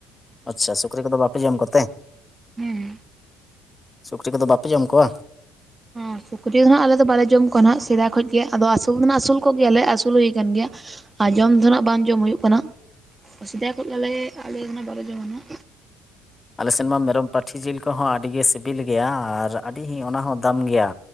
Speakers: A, on the left (about 20°); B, on the right (about 25°).
A: ᱟᱪᱪᱷᱟ ᱥᱩᱠᱨᱤ ᱠᱚᱫᱚ ᱵᱟᱯᱮ ᱡᱚᱢ ᱠᱚᱛᱮ
B: ᱦᱮᱸ
A: ᱥᱩᱠᱨᱤ ᱠᱚᱫᱚ ᱵᱟᱯᱮ ᱡᱚᱢ ᱠᱚᱣᱟ
B: ᱦᱮᱸ ᱥᱩᱠᱨᱤ ᱫᱚ ᱦᱟᱜ ᱟᱞᱮ ᱫᱚ ᱵᱟᱞᱮ ᱡᱚᱢ ᱠᱚᱣᱟ ᱦᱟᱜ ᱥᱮᱫᱟᱭ ᱠᱷᱚᱱ ᱜᱮ ᱟᱫᱚ ᱟᱹᱥᱩᱞ ᱫᱚ ᱱᱟᱜ ᱟᱹᱥᱩᱞ ᱠᱚᱜᱭᱟ ᱞᱮ ᱟᱹᱥᱩᱞ ᱦᱩᱭ ᱟᱠᱟᱱ ᱜᱮᱭᱟ ᱟᱨ ᱡᱚᱢ ᱫᱚ ᱱᱟᱜ ᱵᱟᱝ ᱡᱚᱢ ᱦᱩᱭᱩᱜ ᱠᱟᱱᱟ ᱥᱮᱫᱟᱭ ᱠᱷᱚᱱ ᱜᱮᱞᱮ ᱟᱞᱮ ᱫᱚ ᱱᱟᱜ ᱵᱟᱞᱮ ᱡᱚᱢᱟ ᱱᱟᱜ
A: ᱟᱞᱮ ᱥᱮᱫ ᱢᱟ ᱢᱮᱨᱚᱢ ᱯᱟᱹᱴᱷᱤ ᱡᱤᱞ ᱠᱚᱦᱚᱸ ᱟᱹᱰᱤᱜᱮ ᱥᱤᱵᱤᱞ ᱜᱮᱭᱟ ᱟᱨ ᱟᱹᱰᱤ ᱚᱱᱟ ᱦᱚᱸ ᱫᱟᱢ ᱜᱮᱭᱟ